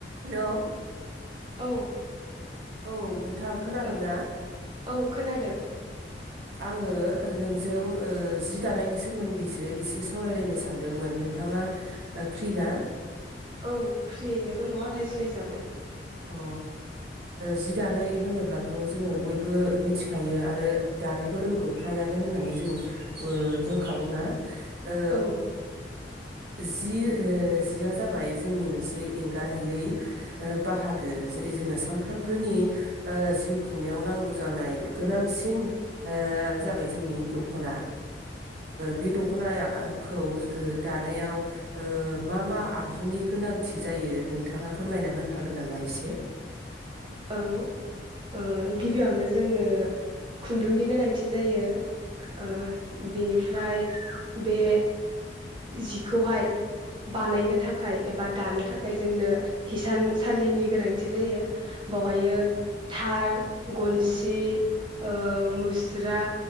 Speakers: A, on the right (about 65°); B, on the right (about 30°).
A: Hello
B: औ
A: औ नोंथां खोनादों
B: ओं
A: ना
B: औ खोनादों
A: आङो नोंजों ओ जि दानायनि सोमोन्दैसो एसे सावरायलायनो सानदोंमोन नोंथाङा फ्रि ना
B: औ फ्रियैनो दङ रायज्लायजागोन
A: अ जि ओ दानाय होनोब्लाथ जोङो बयबो मिथिखायो आरो दानोबो रोंगौ फ्रायानो होननानै जों रोंखागौना ओ
B: औ
A: जि ओ जिया जाबाय जोंनि मोनसे एंगारहायै बाहागो जेरै जोंनो सानफ्रोमबोनि ओ जिउ खुंनायाव नांगौ जानाय गोनांसिननो जाबाय जोंनि दखना बे दखनायखौ दानायाव ओ मा मा आगजुनि गोनांथि जायो नोंथाङा फोरमायना होनो हागोन नामा एसे
B: ओं ओ गिबियावनो जोंनो खुन्दुंनि गोनांथि जायो ओ बिनिफ्राय बे जिखौहाय बानायनो थाखाय एबा दानो थाखाय जोंनो हिसानसालिनि गोनांथि जायो बावहायो थार गनसि ओ मुस्रा